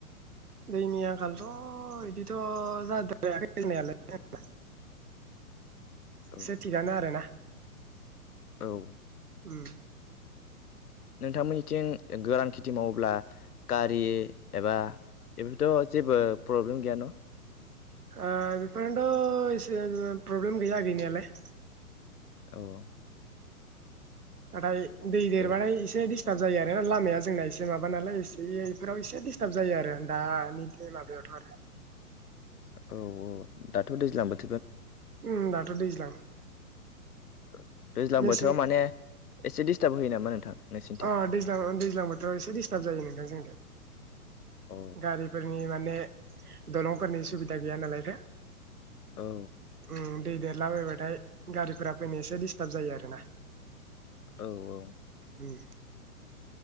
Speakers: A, on the right; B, on the left.
A: दैनि आंखालथ' बिदिथ' जाद्रायाखै जोंनायालाय जेनेबा।
B: औ
A: एसे थिगानो आरो ना
B: औ
A: उम
B: नोंथांमोननिथिं गोरान खेथि मावोब्ला गारि एबा बेफोरथ' जेबो प्रब्लेम गैया न?
A: ओ बेफोरनोथ' एसे प्रब्लेम गैया गैनायालाय।
B: औ
A: नाथाय दै देरबाथाय
B: जेराव
A: एसे दि स्टार्ब जायो आरो ना लामाया जोंना एसे माबा नालाय एसे बेफोराव एसे डिस्टार्ब जायो आरो दानि माबायावथ' आरो।
B: औ औ दाथ' दैज्लां बो
A: उम दाथ' दैज्लां
B: <inaudible> दैज्लां
A: मेसें
B: बोथोराव माने एसे डस्टार्ब होयो नामा नोंथां नोंसिनिथिं?
A: अ दैज्लां अ दैज्लां बोथोराव एसे दिस्टार्ब जायो नोंथां जों
B: औ
A: गारिफोरनि माने दलंफोरनि सुबिदा गैया नालाय रो
B: औ
A: ओम दै देरलाबायबाथाय गारिफोरा फैनो एसे डिस्टार्ब जायो आरोना।
B: औ औ
A: उम